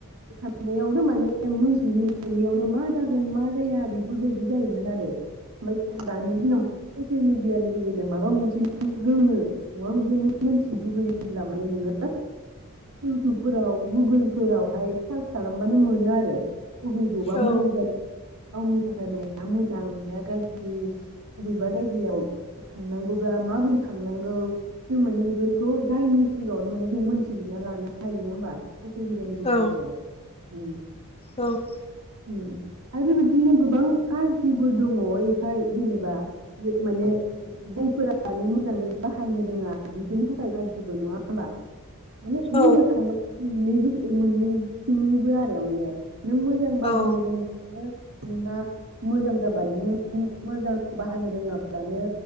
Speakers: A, on the right (about 70°); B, on the left (about 25°).
A: साननायावनो माने मोनथियैनो मोनैयावनो मा जागोन मा जाया बेफोरबायदि जायोमोन आरो। ओमफाय दानि दिनाव ससियेल मिडिया नि गेजेरजों माबा मोनसे रोंनो <unintelligible> मोन्थिनो लुबैयोब्ला माने नोङो इउटुबफोराव गुगोलफोरावहाय सार्च खालामबानो मोनो आरो उबि जबा
B: औ
A: मोजां जा गावनि थाखाय माया मोजां माया गाज्रि बबेबा जायगायाव थांनांगौब्ला माबोरै थांनांगौ? जों माने बेफोरखौ जायनि सिगाङावनो माने जों मोनथिजोबना लानो हायो नङा ओमबा? ससेल मेदियानि गेजेरजों
B: औ
A: उम
B: औ
A: उम आरो बेबायदिनो गोबां गाज्रिबो दङ एफाय जेनेबा माने जायफोरानो मोजाङै बाहायनो रोङा बिसोरनि थाखाय जेबो नङा ओमबा माने
B: औ
A: बुंनो थाङोब मोननैबो ओ मोननैथिंनिबो आरो माने नों मो बाहायनो
B: औ
A: रोङो नोंना मोजां जाबाय नों मोजां बाहायनो रोङाब्लानो